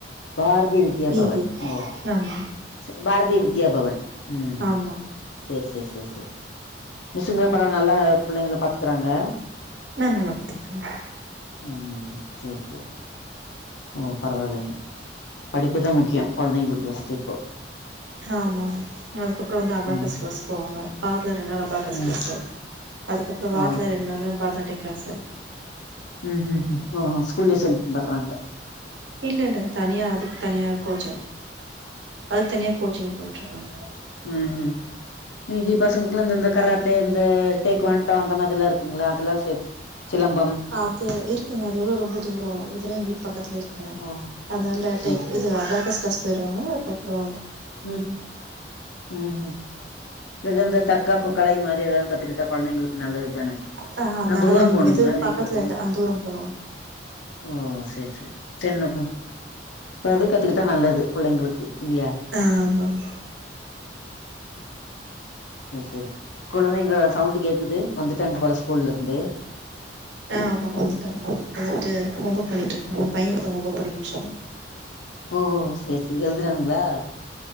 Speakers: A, on the left; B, on the right.
A: பாரதி வித்யா பவன்
B: பி
A: ஒ
B: ஆமா
A: ஒ பாரதிய வித்யா பவன் ம் ம்
B: ஆமா
A: சேரி சேரி சேரி சேரி மிஸ்சுங்க பரவால்ல நல்லா புள்ளைங்கள பாத்துக்கறாங்க
B: ஆ நல்லா பாத்துக்கறாங்க
A: ஆமாங்க சேரி சேரி ஓ பரவால்லைங்க படிப்புதா முக்கியோ கொழந்தைங்களுக்கு ஃபர்ஸ்ட் இப்போ
B: ஆமா அதுக்கப்புறோ வந்து அபாக்கஸ்
A: ம்
B: க்ளாஸ் போவாங்க வாரத்துல ரெண்டு நாள் அபாக்கஸ்
A: ம்
B: க்ளாஸ்சு அதுக்கப்புறம் வாரத்துல
A: ஓ
B: ரெண்டு நாளு பரதநாட்டிய க்ளாசு
A: ம்ம் ம்ம் ஓ ஓ ஸ்கூல்லயே சொல்லி தந்துட்றாங்க
B: இல்ல இல்ல அது தனியா அதுக்கு தனியா கோச்சர் அதுக்கு தனியா கோச்சிங் போயிட்டு இருக்காங்க
A: ம்ம் மீதி பசங்களுக்ள இந்த இந்த கராத்தே இந்த டேக் ஒன்டா அந்த மாரில்லா இருக்குங்களா அதெல்லா சேத் சிலம்பம்.
B: அது இருக்குங்க. அதுவெல்லா ரொம்ப தூரோ இதெல்லா எங் வீட்டு பக்கத்துல இருக் ங்க
A: ஓ!
B: அதனால
A: சரி,
B: டேக்
A: சரி.
B: இது அபாகஸ் க்ளாஸ் போய்ருவாங்க. அதுக்கப்றோ
A: ம் ம் ம் எது இந்த தற்காப்பு கலை மா ரி எதாது கத்துக்கிட்டா கொழந்தைங்களுக்கு நல்லது தானே.
B: ஆ அதனாலதாங்க
A: ஆனா தூரம் போனுங்ளா
B: இங்க எது
A: வீட்லருந்து
B: பக்கத்துல இல்ல அந் தூரம் போனு
A: ஓ சேரி சேரி சென்னா போ அது கத்துக்கிட்டா நல்லது புள்ளைங்களுக்கு இல்லியா
B: ஆமாங்
A: சேரி சேரி குழந்தைங்க சவுண்டு் கேக்குது. வந்துட்டாங்க போல ஸ்கூல்ல இருந்து
B: ஆ ஆமா வந்துட்டாங்க இப்பதா ட்டு ஹோம் ஒர்க்
A: ம்.
B: பண்ணிட்டிருக்காங்க பைய இப்போ தா ஹோம் ஒர்க் பண்ணி முச்சா
A: ஓ ஓ ஓ சேரி சேரி எழுதுறானுங்ளா